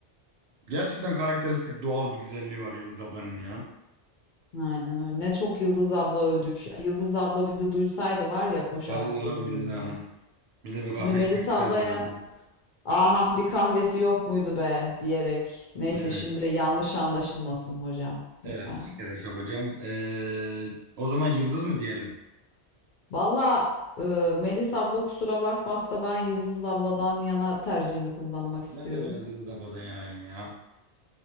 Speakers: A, on the right; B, on the left.
A: Gerçekten karakteristik doğal bir güzelliği var Yıldız ablanın ya.
B: Aynen öyle. Ne çok Yıldız abla övdük. Yıldız abla bizi duysaydı var ya koşarak
A: Vallahi
B: gelirdi
A: billahi.
B: böyle.
A: Biz de bir kahve
B: Şimdi Melis
A: içmek isterdi
B: ablaya
A: herhalde.
B: Ah ah, bir kahvesi yok muydu be diyerek. Neyse
A: Evet.
B: şimdi yanlış anlaşılmasın hocam
A: Evet
B: lütfen.
A: hiç gerek
B: Şey.
A: yok hocam. E, o zaman Yıldız mı diyelim?
B: Valla e, Melis abla kusura bakmazsa ben Yıldız abladan yana tercihimi kullanmak istiyorum.
A: Ben de biraz Yıldız abladan yanayım ya.